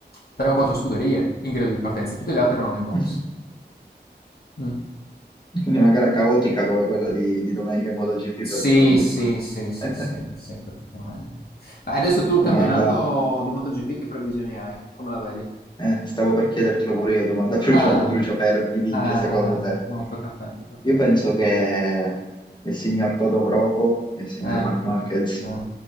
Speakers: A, on the left; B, on the left.
A: tre o quattro scuderie in griglia di partenza, tutte le altre erano nei box.
B: <laughs>
A: Mm.
B: Quindi una gara caotica come quella di, di domenica in MotoGP
A: Sì,
B: praticamente
A: sì,
B: in bagno.
A: sì, sì,
B: <laughs>
A: sì, sì, praticamente. Ma adesso tu il
B: Domanda,
A: campionato di MotoGP che previsioni hai? Come la vedi?
B: eh, stavo per chiedertelo pure io, domanda brucia,
A: Ah,
B: bruciapelo, chi vince
A: ah,
B: secondo
A: ah, ah.
B: te?
A: No, tocca a te, tocca a
B: Io penso
A: te.
B: che il signor Toto Croco e il signor
A: Eh,
B: Marc Marquez
A: eh,